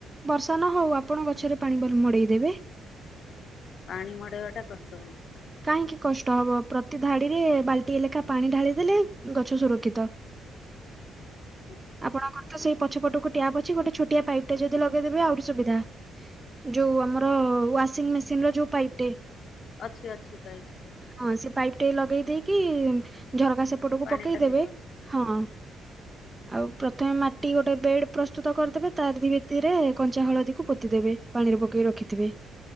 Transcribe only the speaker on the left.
ପାଣି ମଡେଇବାଟା କଷ୍ଟ।
<inaudible>
ଅଛିି ଅଛିି ପାଇପ୍ ଟେ।
ପାଣି
ଟା
ଦେଖ